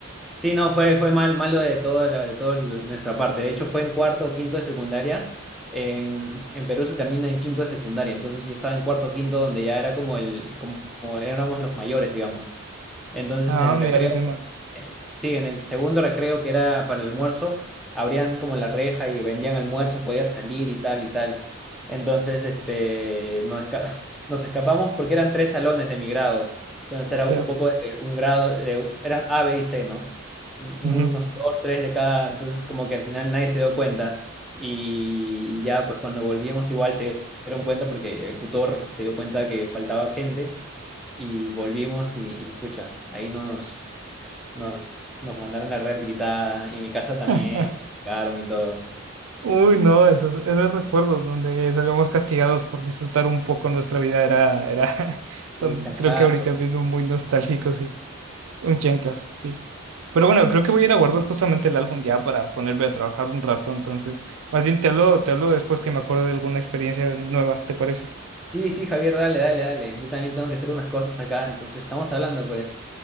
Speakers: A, in the centre; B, on the right.
A: sí, no, fue, fue mal, malo de toda la- de toda l- nuestra parte. De hecho, fue en cuarto o quinto de secundaria. En, en Perú se termina en quinto de secundaria, entonces yo estaba en cuarto o quinto donde ya era como el, como como éramos los mayores, digamos. Entonces
B: Ah,
A: en el
B: mira,
A: recreo
B: encima.
A: en- Sí, en el segundo recreo que era para el almuerzo, abrían como la reja y vendían almuerzo, podía salir y tal y tal. Entonces, este, nos, esca- <laughs> nos escapamos porque eran tres salones de mi grado. Entonces era
B: Ya.
A: un poco de un grado, de, eran A, B y C, ¿no? Un- Unos
B: Ujú.
A: dos, tres de cada. Entonces, como que al final nadie se dio cuenta. Y, y ya, pues cuando volvimos, igual se dieron cuenta porque el tutor se dio cuenta que faltaba gente y volvimos y, y pucha, ahí nos. Nos, nos mandaron la real gritada y en mi casa también
B: <laughs>
A: sacaron y todo.
B: Uy, no, esos, esos recuerdos donde salíamos castigados por disfrutar un poco nuestra vida era, era, <laughs> son,
A: Y chanclazo.
B: creo que ahorita mismo muy nostálgicos, sí. Un chanclas, sí. Pero bueno, creo que voy a ir a guardar justamente el álbum ya para ponerme a trabajar un rato, entonces, más bien te hablo, te hablo después que me acuerdo de alguna experiencia nueva, ¿te parece?
A: Sí, sí, Javier, dale, dale, dale. Yo también tengo que hacer unas cosas acá, entonces estamos hablando, pues.